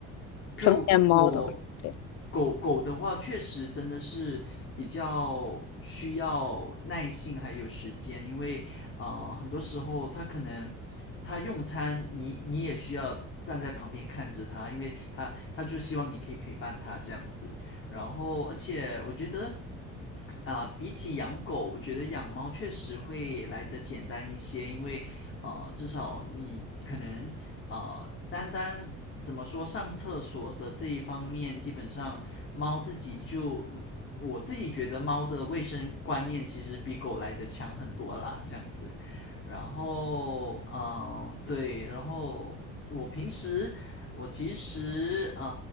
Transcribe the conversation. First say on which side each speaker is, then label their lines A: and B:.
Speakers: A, on the left; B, on the left.
A: 就我
B: 成年猫都是对。
A: 狗狗的话，确实真的是比较需要耐性还有时间，因为呃，很多时候它可能它用餐，你你也需要站在旁边看着它，因为它它就希望你可以陪伴它这样子。然后，而且我觉得啊，比起养狗，我觉得养猫确实会来得简单一些，因为呃，至少你可能呃，单单怎么说上厕所的这一方面，基本上猫自己就，我自己觉得猫的卫生观念其实比狗来得强很多啦，这样子。然后，嗯、对，然后我平时实我其实啊